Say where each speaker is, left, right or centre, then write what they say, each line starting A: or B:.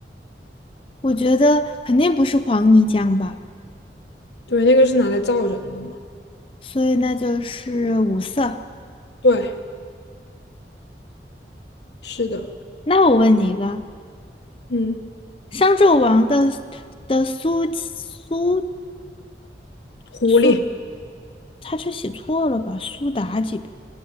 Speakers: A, on the left; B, on the left.
A: 我觉得肯定不是黄泥浆吧，
B: 对，那个是拿来造人的嘛？
A: 所以那就是五色。
B: 对，是的，
A: 那我问你一个，
B: 嗯，
A: 商纣王的的苏苏
B: 狐狸，
A: 苏，他这写错了吧？苏妲己吧？